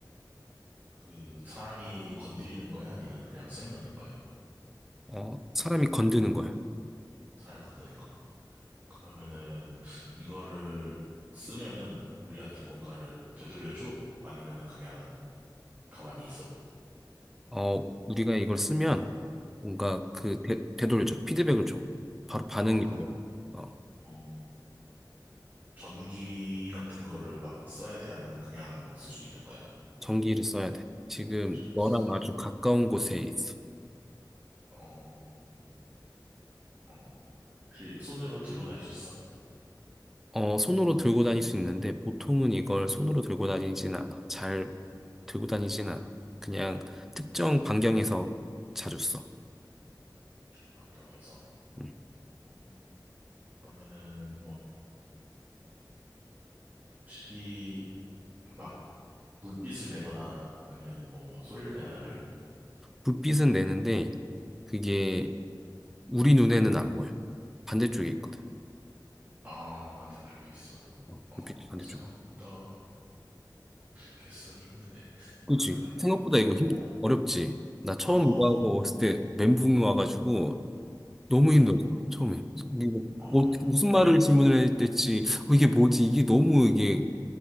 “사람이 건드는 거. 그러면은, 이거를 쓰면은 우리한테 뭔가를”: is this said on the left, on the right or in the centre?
Right